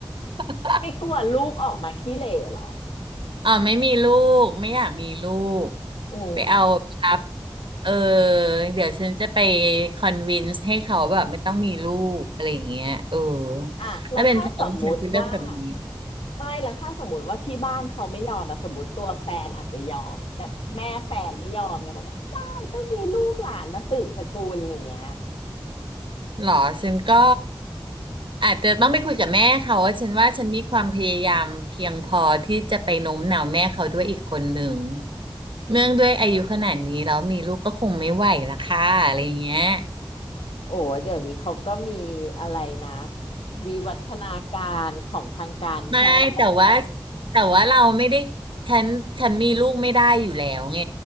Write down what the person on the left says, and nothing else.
ไม่กลัวลูกออกมาขี้เหร่เหรอ
อืม
อ่ะแล้วถ้าสมมุติว่า
ไม่แล้วถ้าสมมติว่าที่บ้านเขาไม่ยอมอะสมมติตัวแฟนอาจจะยอมแต่แม่แฟนไม่ยอมไงบอกว่าไม่ได้ต้องมีลูกหลานมาสืบสกุลอย่างเงี้ย
โอ้เดี๋ยวนี้เขาก็มีอะไรนะวิวัฒนาการของทางการแพทย์